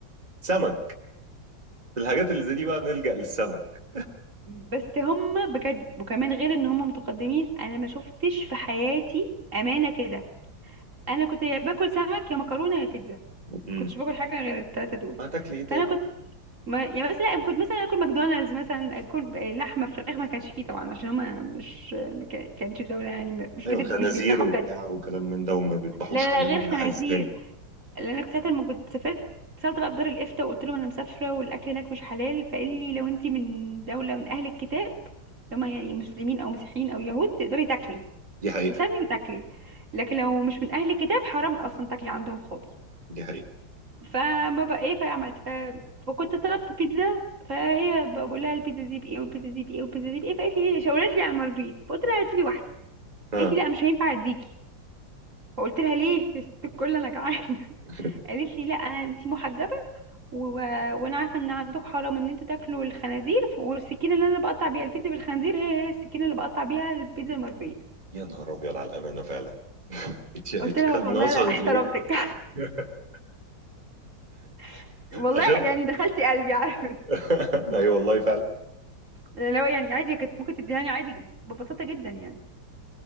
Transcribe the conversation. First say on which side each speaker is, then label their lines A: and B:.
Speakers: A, on the right (about 20°); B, on the right (about 40°).
A: سمك في الحاجات اللي زي دي بقى نلجأ للسمك
B: بس هم بجد وكمان غير ان هم متقدمين انا ما شفتش في حياتي امانه كده انا كنت يا باكل سمك يا مكرونه يا بيتزا ما
A: امم
B: كنتش باكل حاجه غير الثلاثه دول
A: هتاكل ايه تاني
B: فانا كنت ما يعني مثلا كنت مثلا اكل ماكدونالدز مثلا اكل لحمه فراخ ما كانش فيه طبعا عشان هم مش ما كانش دوله يعني مش
A: ايوه
B: بتد...
A: خنازير
B: مش بيذبحوا
A: وبتاع
B: بجد
A: وكلام من ده وما بيذبحوش
B: لا لا
A: كلام
B: لا غير
A: ده
B: خنازير
A: حق اسلامي
B: لان انا كنت ساعه لما كنت سافرت اتصلت بقى بدار الافتاء وقلت لهم انا مسافره والاكل هناك مش حلال فقال لي لو انت من دوله من اهل الكتاب لما يعني مسلمين او مسيحيين او يهود تقدري تاكلي
A: دي حقيقة
B: تسمي وتاكلي لكن لو مش من اهل الكتاب حرام اصلا تاكلي عندهم خالص
A: دي حقيقة
B: فما بقى ايه فعملت ف... فكنت طلبت بيتزا فهي بقى بقول لها البيتزا دي بايه والبيتزا دي بايه والبيتزا دي بايه فقالت لي ايه شاورت لي على المربيت فقلت لها هاتي لي واحده
A: ها
B: قالت لي لا مش هينفع اديكي فقلت لها ليه <laughs> يا ست الكل انا جعانه
A: <laughs>
B: قالت لي لا انا انتي محجبه و... وانا عارفه ان عندك حرام ان انتوا تاكلوا الخنازير والسكينه اللي انا بقطع بيها البيتزا بالخنزير هي هي السكينه اللي بقطع بيها البيتزا المارجريتا
A: يا نهار ابيض على الامانة فعلا اتش- اتشغل
B: قلت لها والله
A: من وصلت
B: لا احترمتك
A: ليه <laughs>
B: <laughs> والله
A: عشان
B: يعني دخلتي قلبي عارف
A: <laughs> اي والله فعلا
B: يعني لو يعني عادي كانت ممكن تديهاني عادي ببساطه جدا يعني